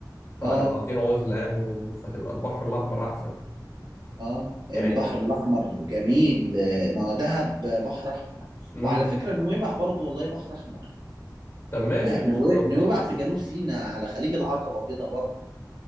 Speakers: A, on the left; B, on the right.
A: فهنبقى
B: اه
A: عاوزين عزلة يعني و... فتبقى البحر الاحمر احسن
B: اه
A: يعني
B: البحر الاحمر جميل آه، ما دهب بحر احمر
A: امم
B: وعلى فكرة نويبع برضو والله بحر احمر
A: طب ماشي
B: ن- نوي-
A: طب
B: نويبع في جنوب سيناء على خليج العقبة كده برضو